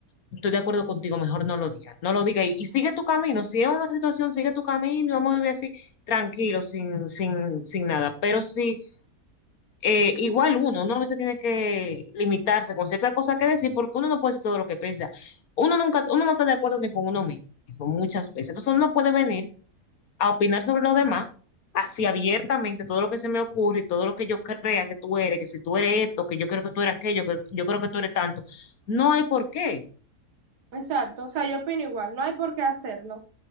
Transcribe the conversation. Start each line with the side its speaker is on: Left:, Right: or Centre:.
Left: Estoy de acuerdo contigo, mejor no lo digas, no lo digas y, y sigue tu camino. Si es una situación, sigue tu camino y vamos a vivir así tranquilo, sin, sin, sin nada. Pero si eh, igual uno, uno a veces tiene que limitarse con ciertas cosas que decir porque uno no puede decir todo lo que piensa. Uno nunca, uno no está de acuerdo ni con uno mismo muchas veces. Entonces uno no puede venir a opinar sobre los demás así abiertamente todo lo que se me ocurre, y todo lo que yo crea que tú eres, que si tú eres esto, que yo creo que tú eres aquello, que yo creo que tú eres tanto. No hay por qué.
Right: Exacto, o sea, yo opino igual, no hay por qué hacerlo,